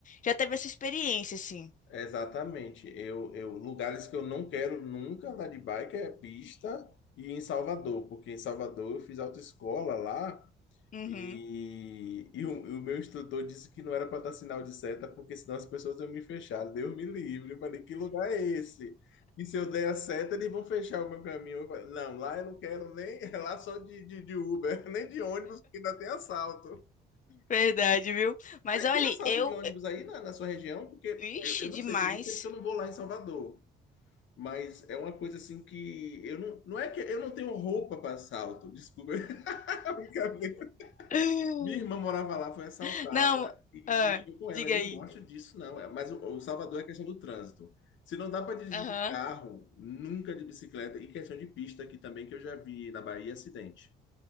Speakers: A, on the left (about 40°); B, on the left (about 75°).
A: já teve essa experiência, assim.
B: Exatamente. Eu, eu, lugares que eu não quero nunca andar de bike é pista e em Salvador, porque em Salvador eu fiz autoescola lá
A: Uhum.
B: e, e o, e o meu instrutor disse que não era para dar sinal de seta, porque senão as pessoas iam me fechar. Deus me livre. Eu falei, que lugar é esse? E se eu der a seta, eles vão fechar o meu caminho. Eu falei, não, lá eu não quero nem, <laughs> é lá só de, de, de Uber, <laughs> nem de ônibus, porque ainda tem assalto.
A: Verdade, viu? Mas
B: Tem,
A: olha,
B: tem assalto
A: eu
B: de ônibus aí na, na sua região? Porque
A: Vixe,
B: eu, eu não
A: demais.
B: sei, tem muito tempo que eu não vou lá em Salvador. Mas é uma coisa assim que eu não, não é que eu não tenho roupa para assalto, desculpa. <laughs> brincadeira.
A: <laughs>
B: Minha irmã morava lá, foi assaltada
A: <gasps> Não,
B: e
A: ah,
B: mexeu com ela.
A: diga
B: Eu não
A: aí.
B: gosto disso, não. É, Mas o, o Salvador é questão do trânsito. Se não dá para dirigir
A: Aham,
B: de carro, nunca de bicicleta e questão de pista aqui também que eu já vi na Bahia acidente.